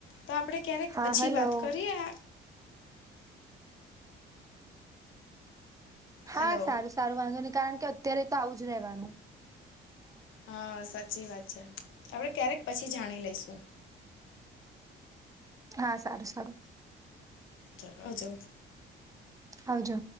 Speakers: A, on the left; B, on the right.
A: તો આપણેે ક્યારેક
B: હા
A: પછી
B: હલો
A: વાત કરીએ
B: હા,
A: હલો
B: સારું સારું વાંધો નય કારણ કે અત્યારે તો આવું જ રેવાનું
A: હા, સાચી વાત છે હવે ક્યારેક પછી જાણી લઈશું.
B: હા, સારું સારું
A: ચલો અજ
B: આવજો